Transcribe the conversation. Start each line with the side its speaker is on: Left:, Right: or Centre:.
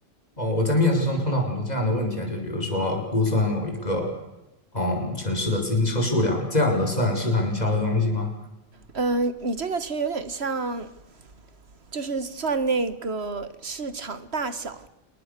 Left: 哦，我在面试中碰到很多这样的问题啊，就比如说估算某一个嗯城市的自行车数量这样的算市场营销的东西吗？
Right: 嗯，你这个其实有点像，就是算那个市场大小，